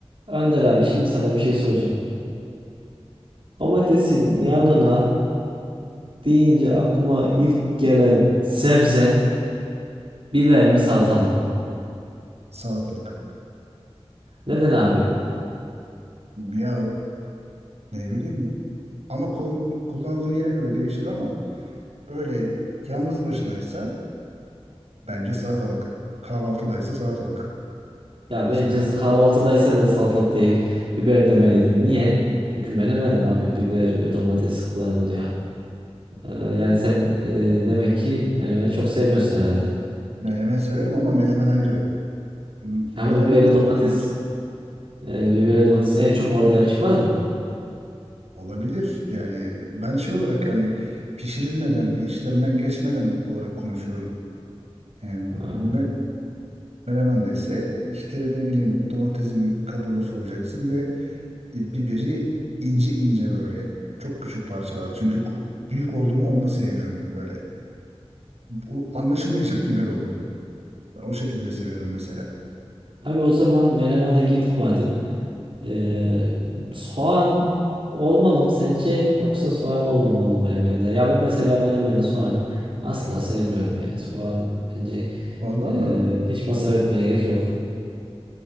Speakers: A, on the right; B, on the right.
A: Önder abi şimdi sana bir şey soracağım. Domatesin yanına e, deyince aklıma ilk gelen sebze biber mi salatalık mı?
B: Salatalık.
A: Neden abi?
B: Ya ne bileyim ama kul- kullanıldığı yere göre değişir ama öyle yalnız başınaysa bence salatalık. Kahvaltıdaysa salatalık
A: Ya
B: mesela.
A: bence kahvaltıdaysa da salatalık değil biber demeliydin. Niye? Çünkü menemen abi biber ve domates kullanılır ya. Ee, yani sen e, demek ki menemeni çok sevmiyorsun herhalde.
B: Menemen severim ama menemen ayrı. M- Menemen
A: Ama biberle
B: de kullanılır.
A: domates e, biberle domates en çok orada yakışmaz mı?
B: Olabilir yani ben şey olarak hani pişirilmeden bir işlemden geçmeden olarak konuşuyorum. Yani
A: Hmm.
B: me menemen de ise işte ne bileyim domatesin kabuğunu soyacaksın ve e, biberi ince ince böyle çok küçük parçalarda. Çünkü ku- büyük olduğumu onu da sevmiyorum böyle. O anlaşılmayacak biber olduğu. Ben o şekilde seviyorum mesela.
A: Abi o zaman menemene girdik madem. Ee, soğan olmalı mı sence yoksa soğan olmamalı mı menemende? Ya ben mesela menemende soğanı asla sevmiyorum yani. Soğan bence
B: Vallahi
A: e,
B: mı?
A: hiç masraf etmeye gerek yok.